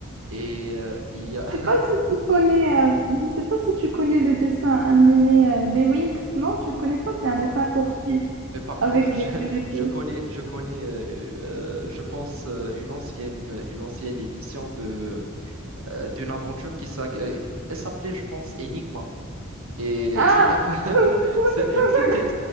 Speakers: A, on the right; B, on the right.
A: Et euh, il y a...
B: Je sais pas si
A: <laughs>
B: tu connais, euh, je sais pas si tu connais le dessin animé euh, des Winx, non? Tu connais pas, c'est un dessin
A: Non,
B: pour
A: non.
B: filles
A: Mais par
B: avec
A: contre, je,
B: des feuilles et
A: je
B: tout.
A: connais, je connais, euh, euh, je pense, euh, une ancienne, une ancienne émission de, euh, d'une aventure qui s'ag- euh, elle s'appelait, je pense, Enigma. Et
B: Ah!
A: c'est un peu- <laughs>
B: <laughs>
A: c'est- c'était,